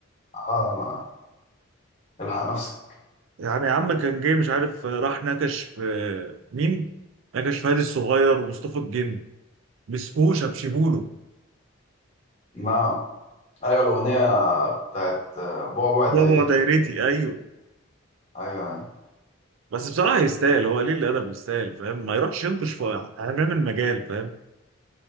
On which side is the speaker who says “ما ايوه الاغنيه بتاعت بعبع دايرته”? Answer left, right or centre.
Left